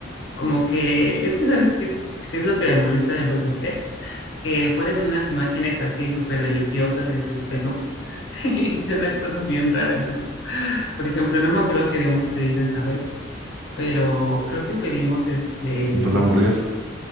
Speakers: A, on the left; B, on the right.
A: como que es que sabes qué es, qué es lo que me molesta de los buffets, que ponen unas imágenes así súper deliciosas en sus menús <laughs> y te dan cosas bien raras, ¿no? Por ejemplo, no me acuerdo que habíamos pedido esa vez, pero creo que pedimos este,
B: Por la hamburguesa.